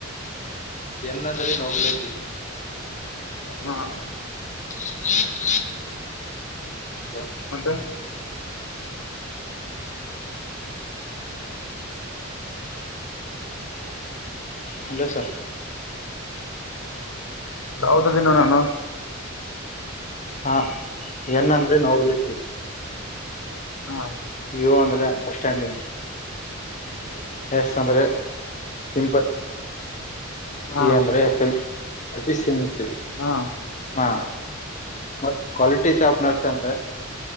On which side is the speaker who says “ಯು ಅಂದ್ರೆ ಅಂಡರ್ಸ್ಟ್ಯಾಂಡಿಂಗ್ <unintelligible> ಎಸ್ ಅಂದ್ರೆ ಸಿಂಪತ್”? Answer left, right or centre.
Left